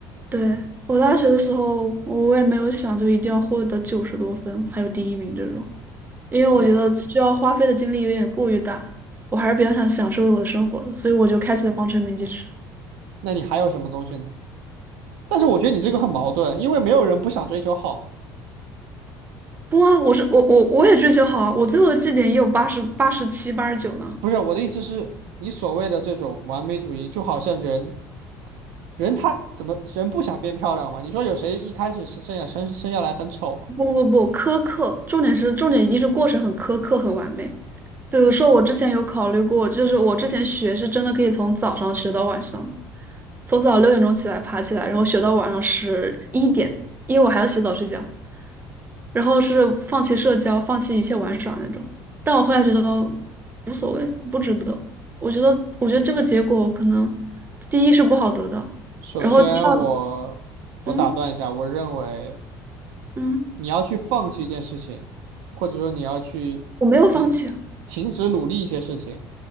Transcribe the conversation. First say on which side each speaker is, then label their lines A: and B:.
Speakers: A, on the right; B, on the right.
A: 对，我大学的时候，我也没有想就一定要获得九十多分，还有第一名这种。因为我觉得需要花费的精力有点过于大，
B: 那
A: 我还是比较想享受我的生活的，所以我就开启了方程铭机制。
B: 那你还有什么东西呢？但是我觉得你这个很矛盾，因为没有人不想追求好的。
A: 不啊，我是我我我也追求好啊，我最后的绩点也有八十八十七、八十九呢。
B: 不是我的意思是，你所谓的这种完美主义，就好像人，人他怎么人不想变漂亮嘛？你说有谁一开始是生下生生下来很丑吗？
A: 不不不，苛刻，重点是重点一定是过程很苛刻、很完美。比如说，我之前有考虑过，就是我之前学是真的可以从早上学到晚上，从早上六点钟起来爬起来，然后学到晚上十一点，因为我还要洗澡睡觉，然后是放弃社交，放弃一切玩耍那种。但我后来觉得无所谓，不值得。我觉得，我觉得这个结果可能第一是不好得到，
B: 首先我我打断一下，
A: 然后第二，嗯
B: 我认为
A: 嗯，
B: 你要去放弃一件事情，或者说你要去停
A: 我没有放弃啊，
B: 停止努力一些事情，